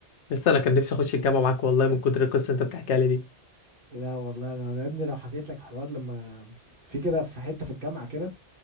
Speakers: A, on the left (about 80°); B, on the right (about 50°).
A: لسه انا كان نفسي اخش الجامعه معاك والله من كتر القصه اللي انت بتحكيها لي دي
B: لا والله انا أنا يا ابني لو حكيت لك حوار لما في كده في حته في الجامعه كده